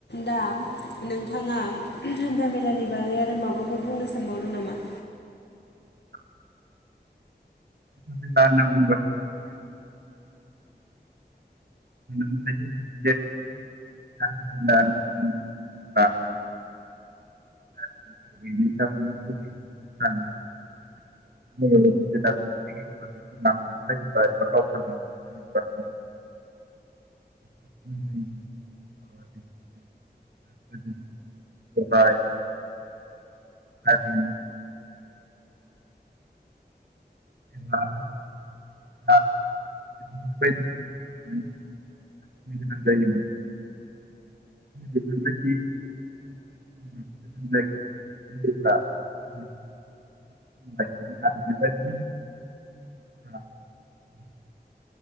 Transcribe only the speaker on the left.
दा नोंथाङा हान्था मेलानि बागै आरो माबाफोर बुंनो सानबावदों नामा